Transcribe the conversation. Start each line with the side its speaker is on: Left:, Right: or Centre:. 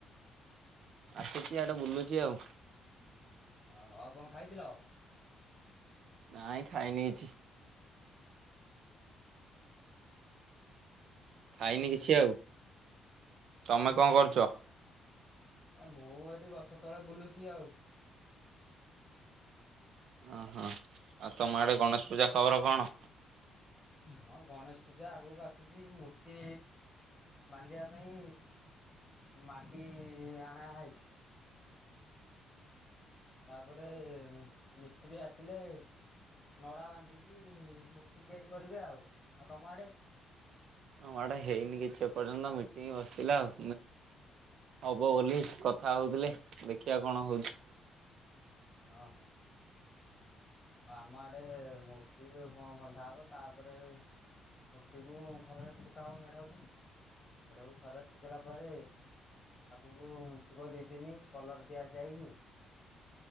Right: ଆସୁଛି ଆଡେ ବୁଲୁଛି ଆଉ।
Left: ଓ ହୋଉ କଣ ଖାଇଥିଲ?
Right: ନାଇଁ ଖାଇନି କିଛି। ଖାଇନି କିଛି ଆଉ। ତମେ କଣ କରୁଛ?
Left: ଏ ମୁଁ ଏଇଠି ଗଛ ତଳେ ବୁଲୁଛି ଆଉ।
Right: ଓହୋ ଆଉ ତମ ଆଡେ ଗଣେଶ ପୂଜା ଖବର କଣ?
Left: ହଁ ଗଣେଶ ପୂଜା ଆଗକୁ ଆସୁଛି ମୂର୍ତ୍ତି। ବାନ୍ଧିବା ପାଇଁ ମାଟି ଆଣା ହେଇଛି। ତାପରେ ମିସ୍ତ୍ରୀ ଆସିଲେ ନଡ଼ା ବାନ୍ଧିକି ମୂର୍ତ୍ତି ତିଆରି କରିବେ ଆଉ ଆଉ ତମ ଆଡ଼େ?
Right: ହ ମାଡେ ହେଇନି କିଛି ଏ ପର୍ଯ୍ୟନ୍ତ ମିଟିଂ ବସିଲା ଆଉ ହବ ବୋଲି କଥା ହଉଥିଲେ ଦେଖିବା କଣ ହଉଛି।
Left: ଅ ହଁ। ଆମ ଆଡେ ମୂର୍ତ୍ତି ବ ବନ୍ଧା ହବ ତାପରେ ମୂର୍ତ୍ତିକୁ ଖରାରେ ଶୁଖାବ ମେଢକୁ ମେଢକୁ ଖରାରେ ଶୁଖିଲା ପରେ ଆଗକୁ ଥିବ ଦି ଦିନ କଲର ଦିଆସିଯାଇକି